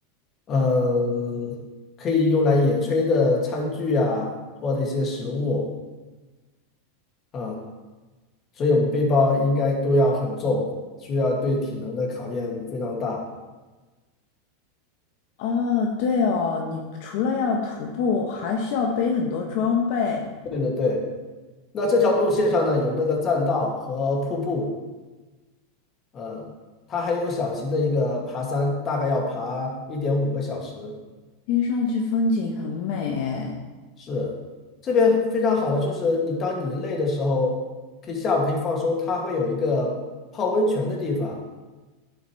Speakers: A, on the left; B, on the left.
A: 嗯、可以用来野炊的餐具啊，或者一些食物啊。所以我们背包应该都要很重，需要对体能的考验非常大。
B: 哦，对哦，你除了要徒步，还需要背很多装备，
A: 对对对，那这条路线上呢，有那个栈道和瀑布，呃，它还有小型的一个爬山，大概要爬一点五个小时。
B: 听上去风景很美诶。
A: 是，这边非常好的就是你当你累的时候，可以下午可以放松，它会有一个泡温泉的地方